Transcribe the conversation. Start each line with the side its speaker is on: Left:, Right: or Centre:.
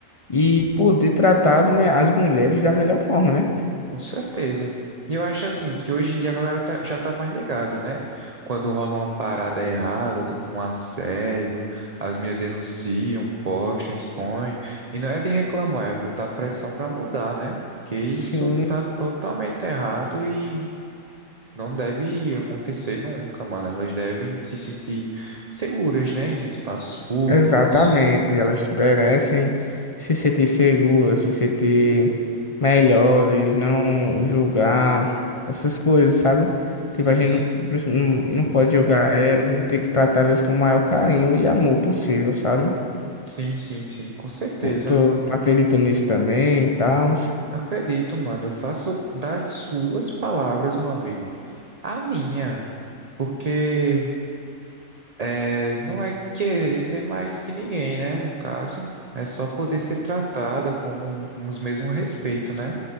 Left: e poder tratar as, me- as mulheres da melhor forma, né?
Right: Com certeza. E eu acho assim que hoje em dia a galera tá- já tá mais ligada, né? Quando rola uma parada errada, tipo um assédio, as meninas denunciam, postam, expõem. E não é de reclamar, é botar pressão pra mudar, né? Porque isso
Left: Sim,
Right: tá totalmente errado e não deve acontecer nunca, mano. Elas devem se sentir seguras, né? Em espaços públicos.
Left: exatamente. Elas merecem se sentir seguras, se sentir melhores, não julgar, essas coisas, sabe?
Right: Sim,
Left: Tipo, a gente
Right: sim.
Left: não, pre- não, não pode julgar elas, a gente tem que tratá-las com o maior carinho e amor possível, sabe?
Right: Sim, sim, sim, com certeza.
Left: Pô, Tô, tô acreditando nisso também e tal.
Right: Acredito, mano. Eu faço das suas palavras, meu amigo, a minha. Porque é, não é querer ser mais que ninguém, né? No caso, é só poder ser tratada como um- os mesmos respeito, né?